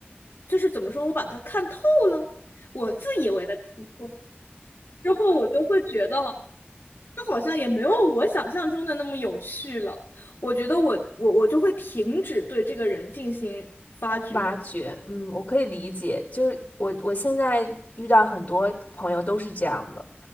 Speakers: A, on the left; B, on the left.
A: 就是怎么说，我把他看透了，我自以为的看透，之后我就会觉得，他好像也没有我想象中的那么有趣了。我觉得我我我就会停止对这个人进行发掘，
B: 挖掘，嗯，我可以理解，就是我我现在遇到很多朋友都是这样的，